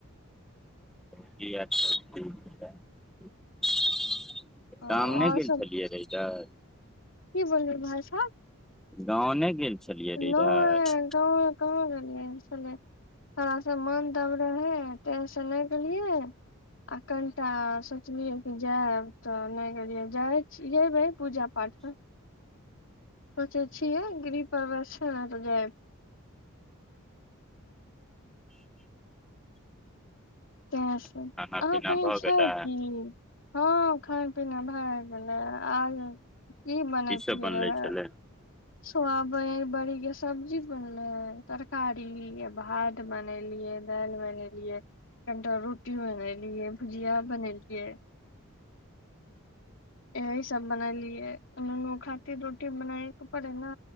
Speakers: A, in the centre; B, on the left.
A: भौजी आओर सब ठीक छै
B: अ
A: शाम नहि
B: और
A: गेल
B: सब
A: छलियै रऽ इधर
B: की भेलै भाई साहेब
A: गाँव नहि गेल छलियै रहै
B: नय
A: इधर
B: गाँवे कहाँ गेलियै छल थोड़ा सा मोन दब रहै तहिसँ नहि गेलियै आ कनिटा सोचलियै कि जायब तऽ नहि गेलियै जाइ छी जयबै पूजा पाठ <unintelligible> सोचै छियै गृह प्रवेश छै ने तऽ जायब तें से
A: खाना
B: अहाँ
A: पीना
B: कही
A: भऽ
B: छै
A: गेलै
B: की हँ खान पीना भए गेलै आब की बनैतियै
A: सब बनले
B: रहे
A: छलै
B: सोया ब बड़ी के सब्जी बनलै तरकारी आ भात बनेलियै दालि बनेलियै कनिटा रोटी बनेलियै भुजिया बनेलियै एक इ सब बनेलियऐ ओ नूनू खातिर रोटी बनाये के परै ने